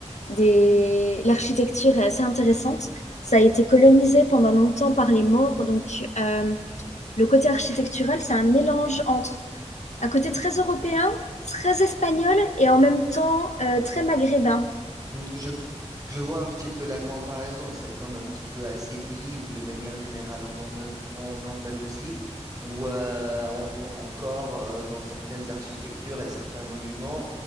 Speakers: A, on the left (about 80°); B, on the right (about 30°).
A: des... l'architecture est assez intéressante. Ça a été colonisé pendant longtemps par les Maures, donc euh, le côté architectural, c'est un mélange entre un côté très européen, très espagnol et en même temps euh, très maghrébin.
B: Mm, Je, je vois un petit peu la comparaison, c'est comme un petit peu à Séville ou de manière générale en, Anal- en Andalousie, où euh, on voit encore euh, dans certaines architectures et certains monuments